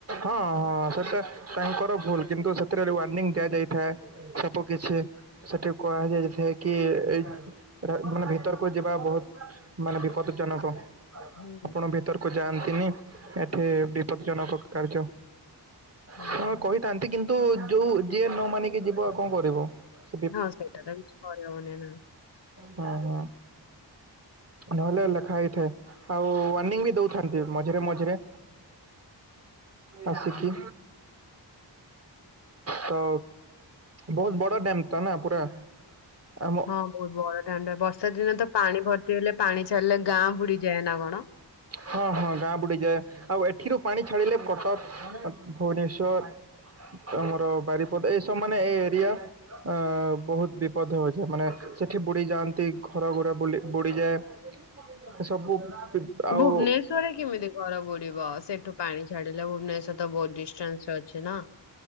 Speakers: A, on the right (about 35°); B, on the left (about 70°).
A: ହଁ ସେଟା ତାଙ୍କର ଭୁଲ କିନ୍ତୁ ସେଥିରେ ୱାରନିଙ୍ଗ ଦିଆଯାଇଥାଏ। ସବୁ କିଛି। ସେଠି କୁହାଯାଏ ଯେ କି ଏ ମାନେ ଭିତରକୁ ଯିବା ଭୁଲ୍। ମାନେ ବିପଦଜନକ।
B: ହୁଁ
A: ଆପଣ ଭିତରକୁ ଯାଆନ୍ତିନି ଏଠି ବିପଦ ଜନକ କାର୍ଯ୍ୟ।
B: ହୁଁ
A: ହ
B: ହୁଁ।
A: କହିଥାନ୍ତି କିନ୍ତୁ ଯୋଉ ଯିଏ ନ ମାନିକି ଯିବ ଆଉ କଣ କରିବ। ସେ
B: ହଁ ସେଇଟା ତ ବି କ ମନେ ନା <inaudible>
A: ହଁ ହଁ ନହେଲେ
B: ହୁଁ
A: ଲେଖା ହେଇଥାଏ ଆଉ- ୱନିଂ ବି ଦଉଥିନ୍ତି ମଝିରେ ମଝିରେ ଆସିକି
B: ହୁଁ।
A: ତ ବହୁତ ବଡ଼ା ଡେମ ଟା ନା ପୁରା ଆମ
B: ହଁ ବହୁତ ବଡ ଡାମ୍ ଟା ବର୍ଷା ଦିନ ତ ପାଣି ଭର୍ତ୍ତି ହେଲେ ପାଣି ଛାଡିଲେ ଗାଁ ବୁଡିଯାଏ ନା କଣ?
A: ହଁ ହଁ ଗାଁ ବୁଡିଯାଏ। ଆଉ ଏଠିରୁ ପାଣି ଛାଡିଲେ କଟକ ଭୁବନେଶ୍ଵର। ଆମର ବାରିପଦ ଏଇସବୁ ମାନେ ଏଇ ଏରିଆ ଅ ବହୁତ ବିପଦ ହଉଛି ମାନେ ସେଠି ବୁଡି ଯାଆନ୍ତି ଘର ଘରେ ବ ବୁଡିଯାଏ ଏ ସବୁ ଆଉ
B: ଭୁବନେଶ୍ୱରରେ କେମିତି ଘର ବୁଡିବ ସେଠୁ ପାଣି ଛାଡିଲା ଭୁବନେଶ୍୍ୱର ତ ବହୁତ ଡିଷ୍ଟାନ୍ସରେ ଅଛି ନା